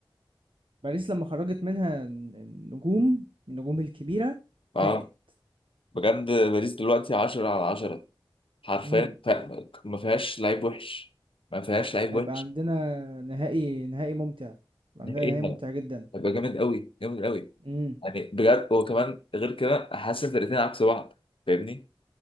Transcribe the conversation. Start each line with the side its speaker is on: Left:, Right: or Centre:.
Right: باريس لما خرجت منها الن- النجوم النجوم الكبيرة فاقت
Left: اه بجد باريس دلوقتي 10 على 10 حرفيا
Right: امم
Left: ف- ما فيهاش لعيب وحش ما فيهاش لعيب
Right: هيبقى
Left: وحش
Right: عندنا نهائي نهائي ممتع هيبقى
Left: نهائي
Right: عندنا نهائي ممتع جدا
Left: هيبقى جامد قوي جامد قوي
Right: امم
Left: يعني بجد وكمان غير كده حاسس ان الفرقتين عكس بعض فاهمني